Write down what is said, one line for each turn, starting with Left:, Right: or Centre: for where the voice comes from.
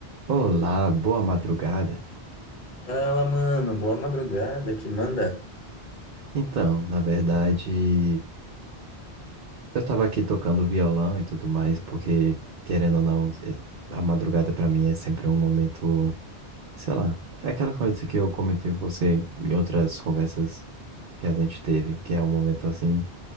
Right: Olá, boa madrugada.
Left: Fala, mano, boa madrugada, que manda?
Right: Então, na verdade, eu tava aqui tocando violão e tudo mais, porque, querendo ou não, eh, a madrugada pra mim é sempre um momento, sei lá, é aquela coisa que eu comentei com você em outras conversas que a gente teve, que é um momento assim.